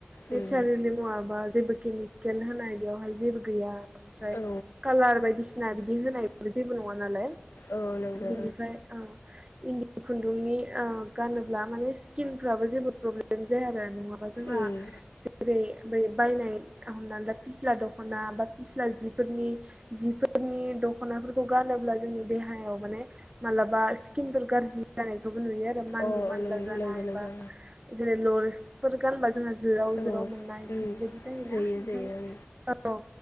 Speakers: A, on the right; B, on the left.
A: नेचारेलि
B: उम
A: मुवा। आ बा जेबो केमिकेल होनाय बेयावहाय जेबो गैया ओमफ्राय
B: औ
A: कालार बायदिस सिना बिदि होनायबो जेबो नङा नालाय
B: औ नंगौ
A: बिनिफ्राय औ। इन्दि खुन्दुंनि ओ गानोब्ला माने स्किनफ्राबो जेबो प्रब्लेम जाया आरो नङा बा जोंहा
B: उम
A: जेरै बै बायनाय हमनानैला फिस्ला दख'ना बा फिस्ला जिफोरनि जिफो फोरनि दख'नाफोरखौ गानो बा जोंनि देहायाव माने मालाबा स्किनफोर गारजि जानायखौ। नुयो आरो। मानलु
B: औ अ
A: मानला जानाय
B: नंगौ नंगौ
A: बा जेरै लरेसफोर गानबा। जोंहा जोराव
B: औ
A: जोराव मोननाय बेफोरबायदि
B: उम
A: जायोना
B: जोयो
A: ओंखाय
B: जोयो उम
A: औ